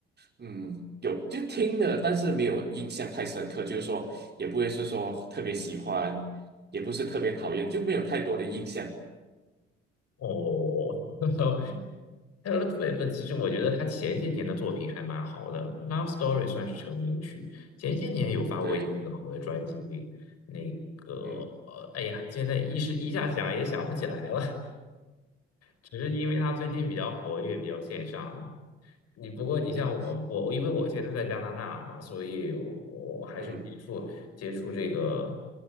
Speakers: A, on the right; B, on the left.
A: 嗯，有就听了，但是没有印象太深刻，就是说也不会是说特别喜欢，也不是特别讨厌，就没有太多的印象。
B: 哦，<laughs> 呃 l o v l 其实我觉得他前些年的作品还蛮好的，《Love Story》算是成名曲，前些年有发过一些很好的专辑。
A: 对，
B: 那个，
A: 嗯，
B: 呃，哎呀，现在一时一下想也想不起来了。只是因为他最近比较活跃，比较线上。你不过你像我，
A: 对，
B: 我我因为我现在在加拿大嘛，所以我我还是接触接触这个
A: 嗯，